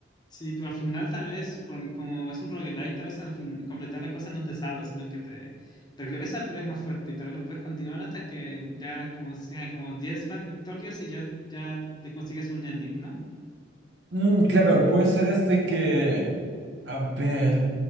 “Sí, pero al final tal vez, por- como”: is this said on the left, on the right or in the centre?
Left